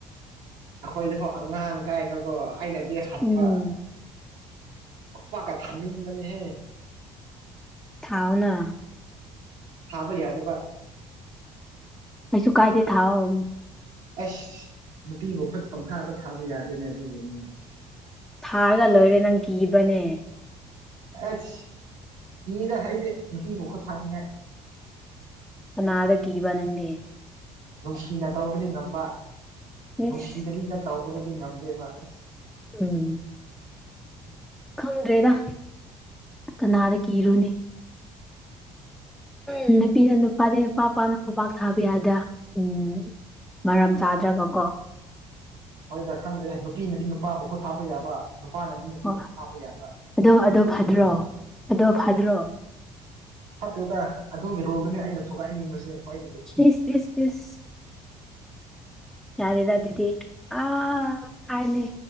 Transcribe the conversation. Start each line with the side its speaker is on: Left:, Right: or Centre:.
Right: ꯑꯩꯈꯣꯏꯅꯐꯣꯛ ꯑꯉꯥꯡ ꯀꯥꯏꯕꯀꯣ ꯑꯩꯅꯗꯤ ꯍꯟꯕ
Centre: ꯎꯝ
Right: ꯈꯨꯄꯥꯛꯀ ꯊꯅꯤꯡꯕꯅꯦ ꯍꯦ
Centre: ꯊꯥꯎꯅ
Right: ꯊꯥꯕ ꯌꯥꯗꯕ
Centre: ꯀꯩꯁꯨ ꯀꯥꯏꯗꯦ ꯊꯥꯥꯎ
Right: ꯑꯁ ꯅꯨꯄꯤꯕꯨ ꯈꯨꯠ ꯄꯪꯊꯥꯗ ꯊꯥꯕ ꯌꯥꯗꯦꯅꯦ ꯑꯗꯨꯒꯤꯅꯤꯅꯦ
Centre: ꯊꯥꯔꯒ ꯂꯣꯏꯔꯦ ꯅꯪ ꯀꯤꯕꯅꯦ
Right: ꯑꯩꯁ ꯀꯤꯗ ꯑꯩꯗꯤ ꯅꯨꯄꯤꯕꯨ ꯈꯨꯠ ꯊꯥꯅꯤꯡꯉꯦ
Centre: ꯀꯅꯥꯗ ꯀꯤꯕ ꯅꯪꯗꯤ
Right: ꯅꯨꯡꯁꯤꯅ ꯇꯧꯕꯗꯤ ꯉꯝꯕ ꯅꯨꯡꯁꯤꯗꯕꯤꯗ
Centre: ꯏꯁ
Right: ꯇꯧꯕꯗꯗꯤ ꯉꯝꯗꯦꯕ ꯑꯁ
Centre: ꯎꯝ ꯈꯪꯗ꯭ꯔꯦꯗ ꯀꯅꯥꯗ ꯀꯤꯔꯨꯅꯤ ꯎꯝ ꯅꯨꯄꯤꯅ ꯅꯨꯄꯥꯗꯤ ꯄꯥꯛ ꯄꯥꯛꯅ ꯈꯨꯄꯥꯛ ꯊꯥꯕ ꯌꯥꯗꯦ ꯎꯝ ꯃꯔꯝ ꯆꯥꯗ꯭ꯔꯒ ꯀꯣ
Right: ꯍꯣꯏꯗ ꯈꯪꯗꯦ ꯅꯨꯄꯤꯅꯗꯤ ꯅꯨꯄꯥꯕꯨ ꯈꯣꯠ ꯊꯥꯕ ꯌꯥꯕ ꯅꯨꯄꯥꯅꯗꯤ ꯅꯨꯄꯤꯕꯧ
Centre: ꯍꯣꯏ
Right: ꯐꯥꯕ ꯌꯥꯗ꯭ꯔꯥ
Centre: ꯑꯗꯣ ꯑꯗꯣ
Right: ꯀꯔꯤꯒꯤꯅꯣ
Centre: ꯐꯗ꯭ꯔꯣ
Right: ꯈꯪꯗꯦ
Centre: ꯑꯗꯣ ꯐꯗ꯭ꯔꯣ
Right: ꯐꯠꯇꯦꯗ ꯑꯗꯨꯒꯤ ꯔꯣꯜꯗꯨꯅꯦ ꯑꯩꯅ ꯊꯨꯒꯥꯏꯅꯤꯡꯕꯁꯦ ꯈ꯭ꯋꯥꯏꯗꯒꯤ
Centre: ꯏꯁ ꯏꯁ ꯏꯁ ꯌꯥꯔꯦꯔ ꯑꯗꯨꯗꯤ ꯑ ꯍꯥꯏꯅꯦ